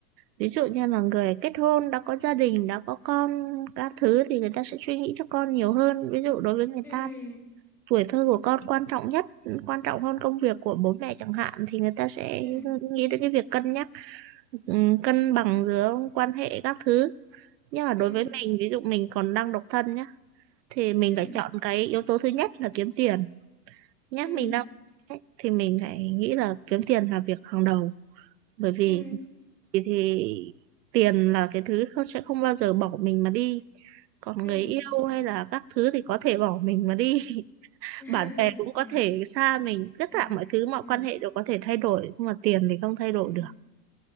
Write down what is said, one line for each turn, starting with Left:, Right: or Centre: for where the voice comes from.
Right: ví dụ như là người kết hôn đã có gia đình đã có con các thứ thì người ta sẽ suy nghĩ cho con nhiều hơn ví dụ đối với người
Centre: ừ
Right: ta thì tuổi thơ của con quan trọng nhất quan trọng hơn công việc của bố mẹ chẳng hạn thì người ta sẽ
Centre: ừ
Right: nghĩ đến cái việc cân nhắc ừ, cân bằng giữa quan hệ các thứ nhưng mà đối
Centre: ừ
Right: với mình ví dụ mình còn đang độc thân nhá thì mình
Centre: ừ
Right: phải chọn cái yếu tố thứ nhất là kiếm tiền nhá
Centre: ừ
Right: mình đang ấy, thì mình phải nghĩ là kiếm tiền là việc hàng đầu bởi vì
Centre: ừ
Right: thì, thì tiền là cái thứ không sẽ không bao giờ bỏ mình mà đi còn
Centre: ừ
Right: người yêu hay là các thứ thì có thể bỏ mình mà đi <laughs>
Centre: <laughs>
Right: bạn bè cũng có
Centre: ừ
Right: thể xa mình tất
Centre: ừ
Right: cả mọi thứ mọi
Centre: ừ
Right: quan hệ đều có thể thay đổi nhưng mà tiền thì không thay đổi
Centre: ừ
Right: được